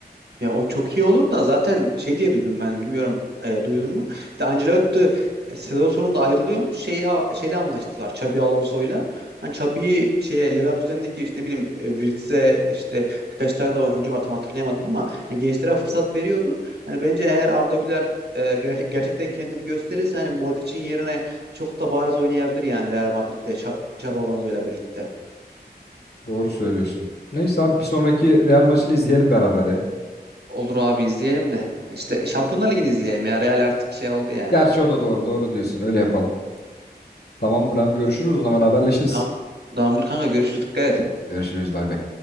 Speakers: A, on the right; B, on the left.
A: Ya o çok iyi olur da zaten şey diye duydum ben bilmiyorum e, duydun mu? İşte Ancelotti e, sezon sonunda ayrılıyormuş. Şey, şeyle anlaştılar Xabi Alonso'yla. Hani Xabi'yi şeye Leverkusen'deki işte ne bileyim e, Wirtz'e işte birkaç tane de oyuncu var tam hatırlayamadım ama yani gençlere fırsat veriyordu. Hani bence eğer Arda Güler e, ger- gerçekten kendini gösterirse hani Modric'in yerine çok da bariz oynayabilir yani Real Madrid'de Ç- Xabi Alonso'yla birlikte.
B: Doğru söylüyorsun. Neyse abi bir sonraki Real maçını izleyelim beraber ya.
A: Olur abi izleyelim de. İşte Şampiyonlar Ligi'ni izleyelim ya. Real artık şey oldu yani.
B: Gerçi o da doğru. Doğru diyorsun. Öyle yapalım. Tamamdır abi görüşürüz o zaman haberleşiriz.
A: Tamam. Tamamdır kanka görüşürüz dikkat et.
B: Görüşürüz bay bay.